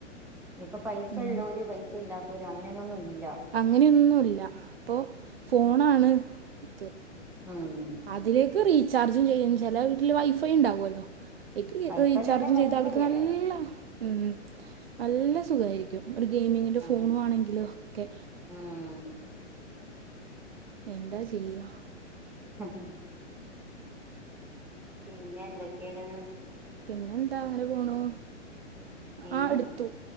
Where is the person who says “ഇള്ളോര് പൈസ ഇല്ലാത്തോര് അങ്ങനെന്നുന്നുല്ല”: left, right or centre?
Centre